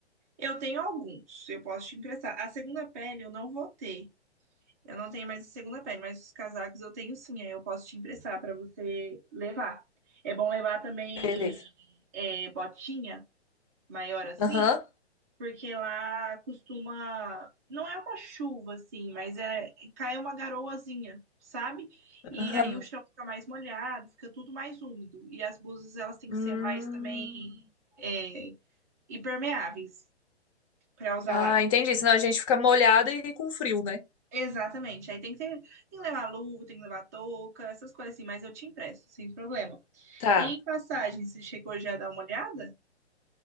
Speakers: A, on the right; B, on the left.
A: Eu tenho alguns, eu posso te emprestar. A segunda pele eu não vou ter. Eu não tenho mais a segunda pele, mas os casacos eu tenho sim, aí eu posso te emprestar para você levar. É bom levar também
B: Beleza.
A: é, botinha maior assim,
B: Aham.
A: porque lá costuma. Não é uma chuva assim, mas é cai uma garoazinha, sabe? E
B: Aham.
A: aí o chão fica mais molhado, fica tudo mais úmido. E as blusas elas têm que
B: Hum.
A: ser mais também é, impermeáveis para usar
B: Ah,
A: lá.
B: entendi. Senão a gente fica molhada e com frio, né?
A: Exatamente. Aí tem que ter, tem que levar luva, tem que levar touca, essas coisas assim, mas eu te empresto, sem problema.
B: Tá.
A: E em passagem, você chegou já a dar uma olhada?